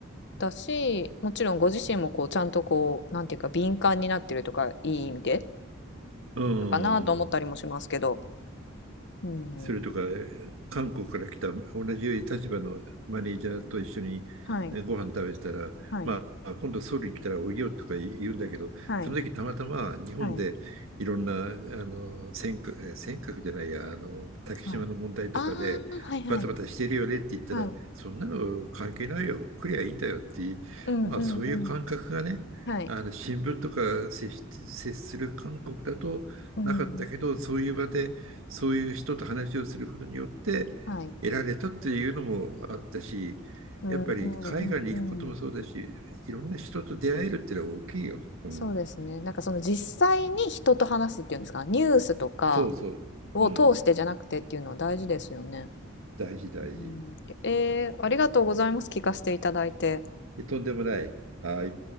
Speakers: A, on the left; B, on the right.
A: だしもちろんご自身もこうちゃんとこうなんていうか敏感になってるとかいい意味で
B: うんうん。
A: のかなと思ったりもしますけど。
B: うん。
A: うん
B: それとか、韓国から来た同じ立場のマネージャーと一緒にねご飯食べてたら、
A: はいはい
B: まあ、今度ソウルに来たらおいでよとか言うんだけど、
A: はい
B: その時たまたま日本でいろんな、
A: はい
B: あの、尖閣、尖閣じゃないや、あの、竹島の問題とかで、
A: はい。ああはいはい
B: バタバタしてるよねって言ったら、
A: はい。
B: そんなの関係ないよ、来りゃいいんだよっていう、
A: うんうんうん
B: まあそういう感覚がね、
A: はい。
B: あの新聞とか接し接する韓国だとなかったけど、
A: うん
B: そういう場でそういう人と話をすることによって
A: はい。
B: 得られたっていうのもあったし、
A: うんうんうんうん。
B: やっぱり海外に行くこともそうだし、いろんな人と出会えるってのは大きいよ。うん、
A: そうですね。なんかその実際に人と話すっていうんですか、ニュースとか
B: そうそう、
A: を通してじゃなくてっていうのは大事ですよね。
B: うん、大事大事。
A: うんえーありがとうございます。聞かせていただいて。
B: とんでもない。はい。